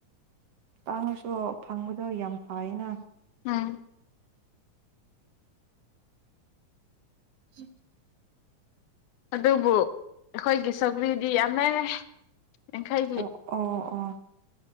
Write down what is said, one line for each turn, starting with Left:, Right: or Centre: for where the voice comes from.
Right: ꯇꯥꯡꯉꯁꯨ ꯐꯪꯕꯗꯣ ꯌꯥꯝ ꯐꯥꯌꯦꯅ
Left: ꯎꯝ
Right: ꯎꯝ <unintelligible>
Left: ꯑꯗꯨꯕꯨ ꯑꯩꯈꯣꯏꯒꯤ ꯁꯧꯒ꯭ꯂꯤꯗꯤ ꯌꯥꯝꯃꯦ ꯌꯥꯡꯈꯩꯒꯤ
Right: ꯑ ꯑꯣ ꯑꯣ